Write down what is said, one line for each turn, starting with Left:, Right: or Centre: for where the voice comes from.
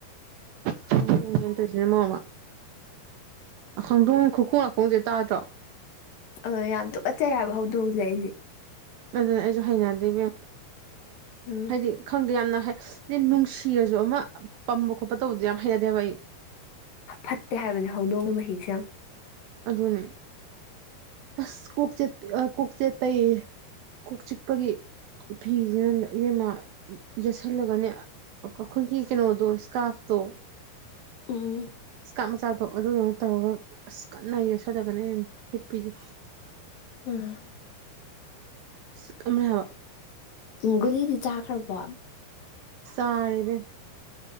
Right: ꯇꯗꯅꯦ <unintelligible> <unintelligible> ꯃꯔꯣꯟ ꯑꯃ ꯈꯪꯗꯣꯡ ꯈꯨꯈꯣꯡ ꯂꯥꯈꯣꯡꯁꯦ ꯇꯥꯗ꯭ꯔꯣ
Left: ꯑ ꯌꯥꯝ ꯇꯨꯀꯠꯆꯩ ꯍꯥꯏꯕ ꯍꯧꯗꯣꯡꯁꯦ ꯑꯩꯗꯤ
Right: ꯑꯗꯨꯅ ꯑꯩꯁꯨ ꯍꯩꯅꯗꯦꯕ
Left: ꯎꯝ
Right: ꯍꯥꯏꯗꯤ ꯈꯪꯗꯦ ꯌꯥꯝꯅ ꯍꯥꯏꯗꯤ ꯅꯨꯡꯁꯤꯔꯁꯨ ꯑꯃ ꯄꯝꯕ ꯈꯣꯠꯄ ꯇꯧꯕꯗꯣ ꯌꯥꯝ ꯍꯩꯅꯗꯦꯕ ꯑꯩ
Left: ꯐꯠꯇꯦ ꯍꯥꯏꯕꯅꯦ ꯍꯧꯗꯣꯡꯒꯤ ꯃꯍꯤꯛꯁꯦ ꯌꯥꯝ
Right: ꯑꯗꯨꯅꯦ ꯑꯁ ꯀꯣꯛ ꯆ ꯀꯣꯛ ꯆꯦꯠꯄꯩ ꯀꯣꯛ ꯆꯤꯛꯄꯒꯤ ꯐꯤꯁꯤꯅꯅꯦ ꯢꯕꯦꯝꯃ ꯌꯦꯠꯁꯜꯂꯒꯅꯦ ꯑꯩꯈꯣꯏꯒꯤ ꯀꯩꯅꯣꯗꯣ ꯏꯁꯀꯥꯐꯇꯣ
Left: ꯎꯝ
Right: ꯏꯁꯀꯥꯞ ꯃꯆꯥꯗꯣ ꯑꯗꯨꯗꯨꯅ ꯇꯧꯔꯒ ꯑꯁ ꯀꯟꯅ ꯌꯦꯛꯁꯤꯜꯂꯒꯅꯤ ꯍꯦꯛꯄꯤꯁꯦ
Left: ꯎꯝ
Right: ꯈꯨꯆꯤꯛ ꯑꯃꯅꯦ ꯍꯥꯏꯕ
Left: ꯎꯝ ꯒꯨꯂꯤꯗꯤ ꯆꯥꯈ꯭ꯔꯕꯣ
Right: ꯆꯥꯔꯦ ꯢꯕꯦꯝꯃꯥ